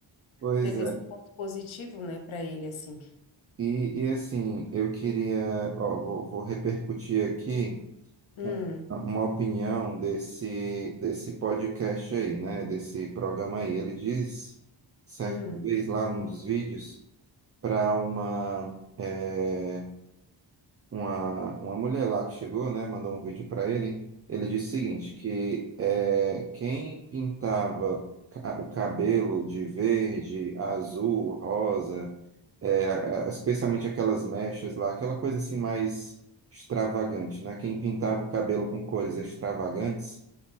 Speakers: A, on the right; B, on the left.
A: Pois
B: Teve
A: é.
B: esse ponto positivo, né, para ele, assim.
A: E, e assim, eu queria, ó, vou, vou repercutir aqui.
B: Hum,
A: um- uma opinião desse, desse podcast aí, né? Desse programa aí. Ele diz, certa
B: hum.
A: vez lá num dos vídeos, para uma, é, uma, uma mulher lá que chegou, né? Mandou um vídeo para ele. Ele disse o seguinte, que é, quem pintava ca- o cabelo de verde, azul, rosa, é, a- a- especialmente aquelas mechas lá, aquela coisa assim mais extravagante, né? Quem pintava o cabelo com cores extravagantes,